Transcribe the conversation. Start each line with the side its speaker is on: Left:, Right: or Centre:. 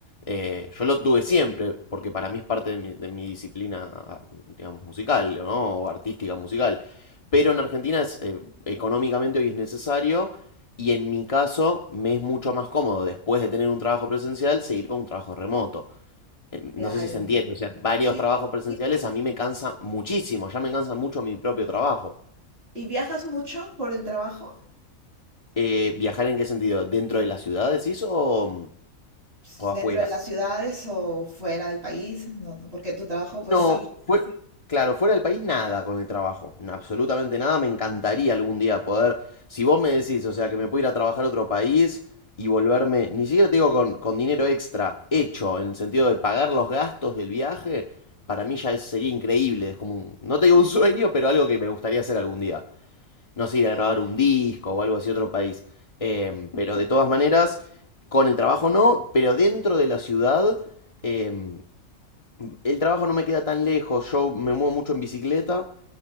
Left: Eh, yo lo tuve siempre, porque para mí es parte de mi, de mi disciplina, digamos, musical, ¿no? O artística musical. Pero en Argentina es, eh, económicamente hoy es necesario y en mi caso me es mucho más cómodo después de tener un trabajo presencial seguir con un trabajo remoto. Eh,
Right: claro.
Left: No sé si se entiende, o sea, varios
Right: ¿Y,
Left: trabajos presenciales a mí me cansa muchísimo, ya me cansa mucho mi propio trabajo.
Right: y viajas mucho por el trabajo?
Left: Eh, ¿viajar en qué sentido? ¿Dentro de las ciudades, decís, o,
Right: Ps,
Left: o
Right: ¿Dentro
Left: afuera?
Right: de las ciudades o fuera del país? No, porque tu trabajo, pues
Left: No,
Right: sí.
Left: fue, claro, fuera del país nada con el trabajo, n- absolutamente nada. Me encantaría algún día poder, si vos me decís, o sea, que me puedo ir a trabajar a otro país y volverme, ni siquiera te digo con, con dinero extra, hecho, en el sentido de pagar los gastos del viaje, para mí ya es- sería increíble. Es como, un- no te digo un sueño, pero algo que me gustaría hacer algún día. No sé, ir a grabar un disco o algo así a otro país. Em, pero de todas maneras, con el trabajo no, pero dentro de la ciudad em, el trabajo no me queda tan lejos, yo me muevo mucho en bicicleta